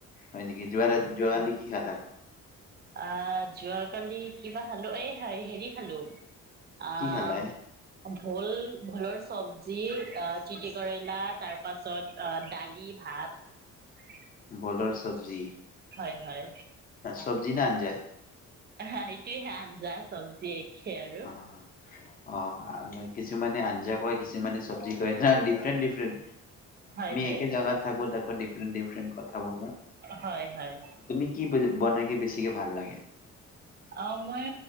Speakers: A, on the left; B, on the right.
A: হয় নেকি? যোৱা ৰা যোৱাকালি
B: অ
A: কি খালা?
B: আ যোৱা কালি, কিবা খালো এই হ হেৰি খালো। আহ
A: কি খালা হে
B: ভোল, ভোলৰ চব্জি, তিতিকেৰেলা তাৰ পাছত দালি ভাত
A: ভোলৰ চব্জি।
B: হয় হয়।
A: চব্জি না আঞ্জা?
B: অ সেইটোৱে হয় আঞ্জা চব্জি জে কে আৰু
A: অ' অ কিছুমানে আঞ্জা কয়, কিছুমানে চব্জি চজি কয়। ডিফ্ৰেন্ট ডিফ্ৰেন্ট,
B: হয় হয়
A: একে জাগাত থাকো তাক ডিফ্ৰেন্ট ডিফ্ৰেণ্ট কথা উ
B: হয় হয়
A: তুমি কি বু বনাইকে বেছিকে ভাল লাগে।
B: অ মই